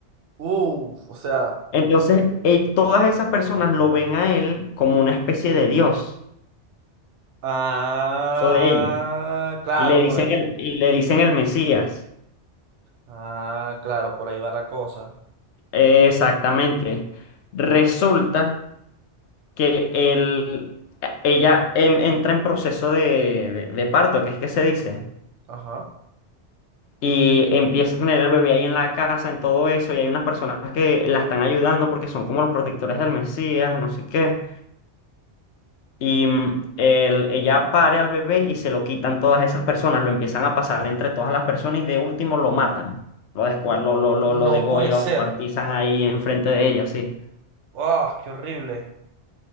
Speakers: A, on the right (about 80°); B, on the left (about 75°).
A: Uf, o sea.
B: Entonces, eh, todas esas personas
A: Wow.
B: lo ven a él como una especie de Dios,
A: Ah,
B: eso de ella,
A: claro,
B: y le dicen
A: por ahí.
B: el, y le dicen el Mesías.
A: Ah, claro, por ahí va la cosa.
B: Eh, exactamente. Resulta que él, ella en- entra en proceso de, de- de parto, que es que se dice,
A: Ajá.
B: y empieza a tener el bebé ahí en la casa, en todo eso, y hay unas personas que la están ayudando porque son como los protectores del Mesías, no sé qué. Y mm, el- ella pare al bebé y se lo quitan todas esas personas, lo empiezan a pasar entre todas las personas y de último lo matan. Lo descuar,
A: N-
B: lo, lo, lo,
A: No
B: lo degollan,
A: puede
B: lo
A: ser.
B: descuartizan ahí enfrente de ella, sí.
A: Ah, qué horrible.